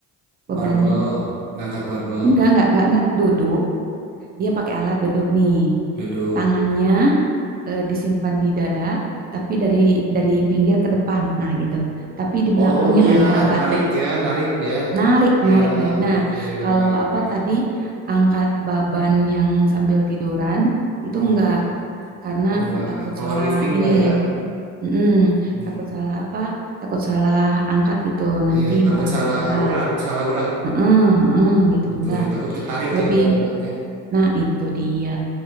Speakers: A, on the right (about 30°); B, on the right (about 60°).
A: bebannya.
B: barbel ngangkat barbel
A: Enggak, enggak, enggak, enggak. Duduk, dia pakai alat duduk nih.
B: duduk
A: Tangannya eh, disimpan di dada, tapi dari dari pinggir ke depan. Nah, gitu. Tapi di belakangnya
B: oh iya
A: ada batu.
B: narik ya narik ya
A: Narik,
B: ya
A: narik, narik. Nah,
B: oke
A: kalau
B: oke oke
A: apa tadi angkat beban yang sambil tiduran itu
B: Hmm,
A: enggak karena
B: oh nggak
A: takut
B: powerlifting
A: salah ini
B: nggak ya?
A: Mm-mm.
B: Hmm,
A: Takut salah apa? Takut salah angkat gitu, nanti
B: iya takut
A: malah
B: salah
A: cedera.
B: urat, salah urat,
A: Heeh, heeh, gitu
B: betul.
A: enggak.
B: ya. Takut ketarik
A: Lebih,
B: ya urat-uratnya.
A: nah itu dia